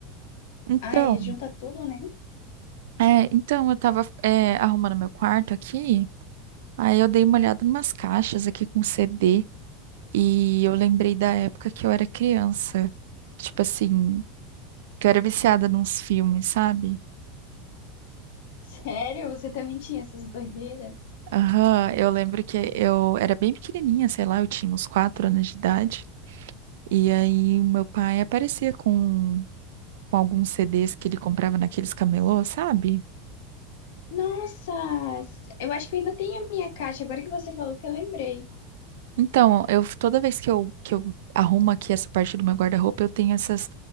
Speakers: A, on the right; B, on the left.
A: Então,
B: Ah, é, junta tudo, né? <laughs>
A: é, então eu tava, é, arrumando meu quarto aqui. Aí eu dei uma olhada numas caixas aqui com CD e eu lembrei da época que eu era criança. Tipo assim, que eu era viciada nos filmes, sabe?
B: Sério? Você também tinha essas doideiras?
A: Aham, eu lembro que eu era bem pequenininha, sei lá, eu tinha uns quatro anos de idade. E aí meu pai aparecia com, com alguns CDs que ele comprava naqueles camelô, sabe?
B: Nossa! Eu acho que eu ainda tenho a minha caixa, agora que você falou que eu lembrei.
A: Então, eu toda vez que eu, que eu arrumo aqui essa parte do meu guarda-roupa, eu tenho essas,